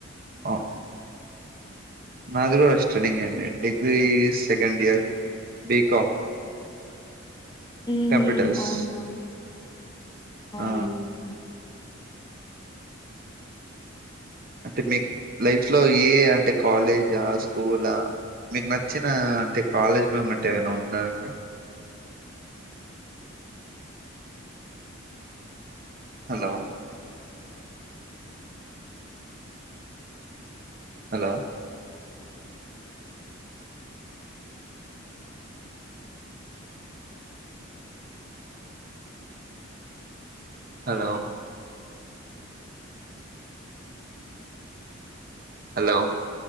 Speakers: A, on the right; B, on the left.
A: ఆ నాది కూడా స్టటింగ్ అండి degree second year BCom BCom
B: హు
A: కంప్యూటర్స్
B: అవునా అవునండి
A: ఆ అంటే మీకు లైఫ్ లో ఏ అంటే కాలేజా స్కూలా మీకు నచ్చిన అంటే కాలేజ్ మూమెంట్ ఏమైనా ఉందా అండి హలో హలో హలో హలో